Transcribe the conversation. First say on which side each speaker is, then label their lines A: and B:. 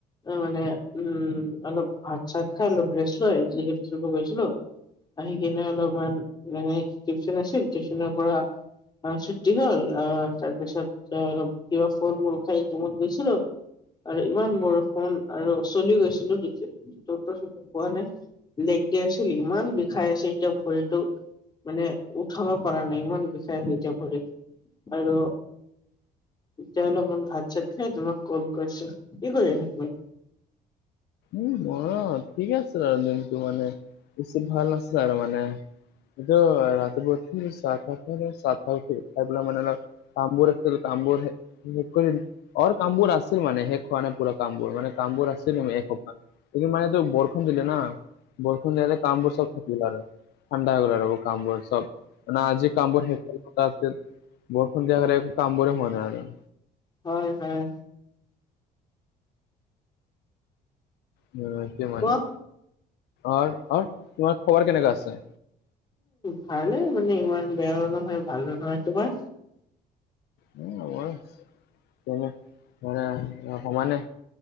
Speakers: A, on the left (about 25°); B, on the left (about 75°).
A: মানে উমঁ' অলপ ভাত-চাত খাই অলপ ৰেষ্ট লৈ ক্ৰিকেট খেলিব গৈছিলো। আহি কিনে অলপমান মানে টিউচন আছিল টিউচনৰ পৰা অঁ' ছুটি হ'ল আহ' তাৰপিছত কিবা ফল-মূল খাই জিমত গৈছিলো। আৰু ইমান বৰষুণ আৰু চলি গৈছিলো, <unintelligible> পোৱা নাই। <unintelligible> ইমান বিষাই আছে এতিয়া ভৰিটো। মানে উঠাব পৰা নাই, ইমান বিষাই হৈ যাব <unintelligible> আৰু এতিয়া অলপ মান ভাত চাত খাই তোমাক কল কৰিছো, কি কৰি আছা তুমি?
B: উম, মৰ ঠিক আছোৰ দিনটো মানে বেছি ভাল নাছিলাৰ মানে। এইটো ৰাতিপুৱা উঠি চাহ খাই <unintelligible> পেলা মানে অলপ কামবোৰ আছিল, কামবোৰ শেষ কৰি অৰ কামবোৰ আছিল মানে শেষ হোৱা নাই পুৰা। কাম্বোৰ মান কাম্বোৰ আছে এসোপা, মানে ত বৰষুণ দিলে ন। বৰষুণ দিয়াতে কামবোৰ চব থাকিল আৰু ঠাণ্ডা হৈ গল আৰু কামবোৰ চব। মানে আজি কাম্বৰ <unintelligible> বৰষুণ দিয় কাম্বৰে হোৱা নাই আৰু।
A: হয় হয়।
B: সেইটোৱে মানে
A: কোৱা
B: আৰু, আৰু তোমাৰ খবৰ কেনেকােৱা আছে?
A: ভালেই মানে, ইমান বেয়াও নহয় ভালো নহয় তোমাৰ?
B: <unintelligible> মানে সমানে।